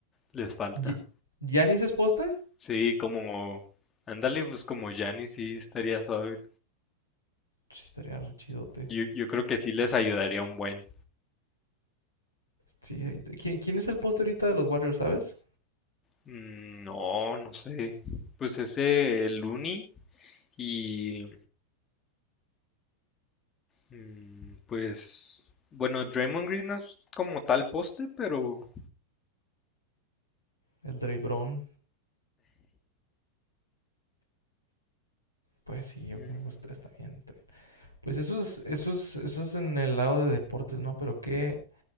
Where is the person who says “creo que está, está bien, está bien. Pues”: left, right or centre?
Left